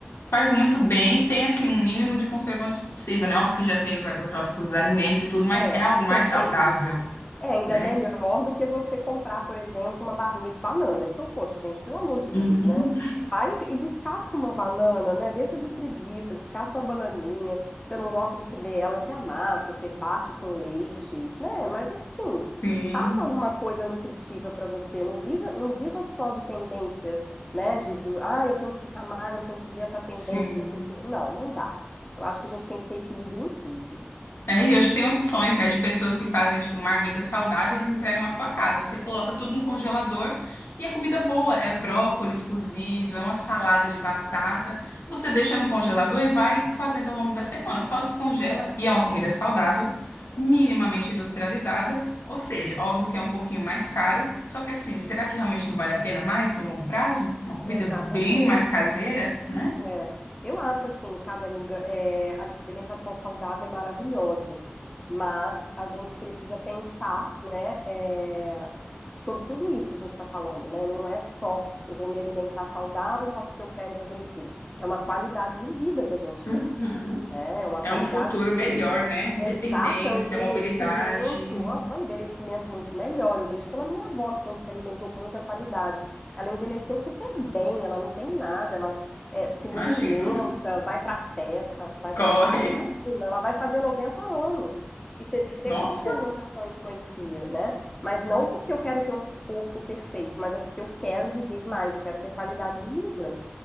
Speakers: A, on the left; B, on the left.
A: Faz muito bem e tem assim um mínimo de conservantes possível, né? Óbvio que já tem os agrotóxicos dos alimentos e tudo, mas
B: É,
A: é algo
B: <laughs>
A: mais saudável,
B: tem isso. É ainda
A: né?
B: melhor do que você comprar, por exemplo, uma barrinha de banana. Então, poxa, gente, pelo amor de Deus,
A: Uhum.
B: né? Vai e descasca uma banana, né? Deixa de preguiça, descasca uma bananinha. Você não gosta de comer ela, você amassa, você bate com leite, né? Mas assim,
A: Sim,
B: faça alguma coisa nutritiva para você. Não viva, não viva só de tendência, né? De, do, ah, eu tenho que ficar magro, eu tenho que viver essa tendência,
A: sim.
B: porque. Não, não dá. Eu acho que a gente tem que ter equilíbrio em tudo.
A: É, e hoje tem opções, né, de pessoas que fazem, tipo, marmitas saudáveis e entregam na sua casa. Você coloca tudo no congelador e a comida boa. É brócolis cozido, é uma salada de batata. Você deixa no congelador e vai fazendo ao longo da semana. Só descongela e é uma comida saudável, minimamente industrializada. Ou seja, óbvio que é um pouquinho mais caro. Só que assim, será que realmente não vale a pena mais no longo prazo? Uma comida
B: Exatamente.
A: bem mais caseira, né?
B: É. Eu acho assim, sabe, amiga, é, a alimentação saudável é maravilhosa, mas a gente precisa pensar, né, é, sobre tudo isso que a gente está falando, né? Não é só eu vou me alimentar saudável só porque eu quero emagrecer. É uma qualidade de vida que a gente
A: Uhum.
B: tem, né? É uma
A: É
B: qualidade
A: um futuro
B: mesmo
A: melhor, né? Independência,
B: Exato, é um envelhecimento,
A: mobilidade.
B: aham, um envelhecimento muito melhor. Eu vejo pela minha avó, que sempre se alimentou com muita qualidade. Ela envelheceu super bem, ela não tem nada, ela eh, se movimenta,
A: Imagino. <laughs>
B: vai pra festa, vai pra
A: Corre.
B: baile. Imagina, ela vai fazer 90 anos. E você vê
A: Nossa,
B: quanto que a alimentação influencia, né? Mas não porque eu quero ter um corpo perfeito, mas é porque eu quero viver mais, eu quero ter qualidade de vida.